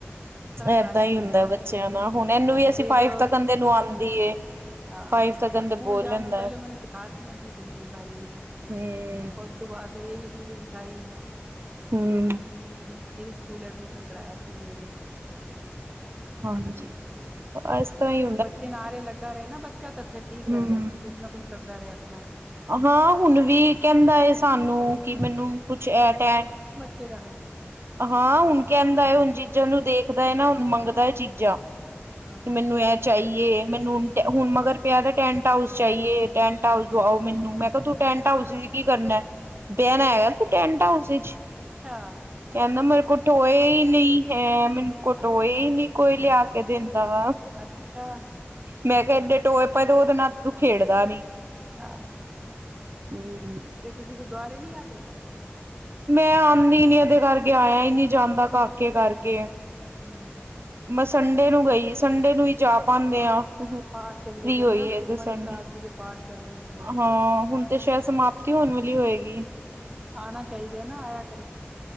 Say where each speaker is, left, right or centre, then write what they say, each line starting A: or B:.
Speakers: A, on the right (about 20°); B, on the right (about 60°).
A: ਇਸ ਤਰ੍ਹਾਂ ਕਰਾਂਦੀ
B: ਏਦਾਂ ਈ ਹੁੰਦਾ
A: ਰੈਦੀ ਸੀ।
B: ਬੱਚਿਆਂ ਹੁਣ ਐ ਨੂੰ ਵੀ ਅਸੀਂ
A: ਫਿਰ
B: ਫਾਈਵ ਤਕਨ ਦੇ ਨੂੰ ਆਦੀ ਏ।
A: ਹਾਂ
B: ਫਾਈਵ
A: ਸਕੂਲ
B: ਤੱਕਨ ਤੇ ਬੋਲ
A: ਜਾਣ
B: ਲੈਂਦਾ
A: ਤੋਂ ਪੈਲੇ
B: ਹੈ
A: ਮੈਨੇ ਸਿਖਾਤੀਆਂ ਸੀ ਗਿਣਤੀ ਸਾਰੀਆਂ
B: ਹਮ
A: ਉਸ ਤੋਂ ਬਾਅਦ ਫਿਰ ਏ ਬੀ ਸੀ ਡੀ ਸਿਖਾਈ
B: ਹੂੰ
A: ਫੇਰ ਈ ਸਕੂਲ ਐਡਮਿਸ਼ਨ ਕਰਾਇਆ ਸੀ ਮੈ ਐਦਾ।
B: ਹਾਂਜੀ ਅ ਏਸ ਤਰਾਂ ਈ
A: ਬੱਚੇ ਨਾ ਆਰੇ ਲੱਗਾ ਰੇ ਨਾ ਬੱਚਾ ਤਾਂ ਫਿਰ ਠੀਕ
B: ਹਮ
A: ਰੈਦਾ ਕੁਛ ਨਾ ਕੁਛ ਕਰਦਾ ਰੇ ਆਪਣਾ
B: ਹਾਂ ਹੁਣ ਵੀ ਕੈਂਦਾ ਐ ਸਾਨੂੰ ਕਿ ਮੈਨੂੰ ਕੁਛ ਐ ਟੈ
A: ਚਾਇਦਾ ਹੈ
B: ਹਾਂ ਹੁਣ ਕੈਂਦਾ ਐ ਹੁਣ ਚੀਜ਼ਾਂ ਨੂੰ ਦੇਖਦਾ ਐ ਨਾ ਮੰਗਦਾ ਐ ਚੀਜ਼ਾਂ ਕਿ
A: ਹਾਂ
B: ਮੈਨੂੰ ਐ ਚਾਈਏ ਮੈਨੂੰ ਹੁਣ ਮਗਰ ਪਿਆ ਦਾ ਟੈਂਟ ਹਾਊਸ ਚਾਈਏ ਟੈਂਟ ਹਾਊਸ ਦਵਾਓ ਮੈਨੂੰ ਮੈਂ ਕਿਆ ਤੂੰ ਟੈਂਟ
A: ਅੱਛਾ
B: ਹਾਊਸ ਵੀ ਕੀ ਕਰਨਾ ਬੈਣਾ ਹੈਗਾ ਤੂੰ ਟੈਂਟ ਹਾਊਸ ਚ
A: ਅੱਛਾ
B: ਕੈਂਦਾ ਮੇਰੇ ਕੋ ਟੋਏਈ ਨਈ ਹੈ। ਮੈਨੂੰ ਟੋਏ
A: ਅੱਛਾ
B: ਨੀ ਕੋਈ ਲਿਆ ਕੇ ਦਿੰਦਾ ਵਾ
A: ਅੱਛਾ
B: ਮੈਂ ਕਿਆ ਏਡੇ ਟੋਏ ਪਏ ਤੇ ਓਦੇ ਨਾਲ ਤੂੰ ਖੇਡਦਾ ਨੀ
A: ਹਾਂ
B: ਹੂੰ
A: ਤੇ ਤੁਸੀਂ ਗੁਰਦਆਰੇ ਨੀ ਆਦੇ।
B: ਮੈਂ ਆਨੀ ਨੀ ਐਦੇ ਕਰਕੇ ਆਇਆ ਈ ਨਈ ਜਾਂਦਾ ਕਾਕੇ ਕਰਕੇ।
A: ਹੂੰ।
B: ਮੈਂ ਸੰਡੇ ਨੂੰ ਗਈ, ਸੰਡੇ ਨੂੰ ਈ ਜਾ ਪਾਂਦੇ ਆਂ। ਫ੍ਰੀ
A: ਪਾਠ ਚੱਲਦੇ ਪਏ
B: ਹੋਈਏ
A: ਨਾ ਸੁਖਮਨੀ
B: ਅੱਜ ਸੰਡੇ,
A: ਸਾਹਿਬ ਜੀ ਦੇ ਪਾਠ ਚੱਲਣ ਸਵੇਰੇ
B: ਹਾਂ ਹੁਨ ਤੇ ਸ਼ਐਦ ਸਮਾਪਤੀ ਹੋਨ ਵਾਲੀ ਹੋਏਗੀ।
A: ਆਣਾ ਚਾਈਦੈ ਨਾ, ਆਏਆ ਕਰੋ।